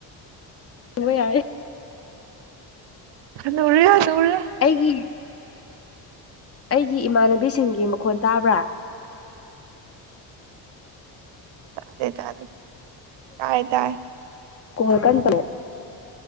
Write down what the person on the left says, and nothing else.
ꯎꯣꯏ ꯌꯥ
ꯑꯩꯒꯤ ꯑꯩꯒꯤ ꯏꯃꯥꯟꯅꯕꯤꯁꯤꯡꯒꯤ ꯃꯈꯣꯟ ꯇꯥꯕ꯭ꯔꯥ
ꯀ ꯀꯟꯄꯔꯦ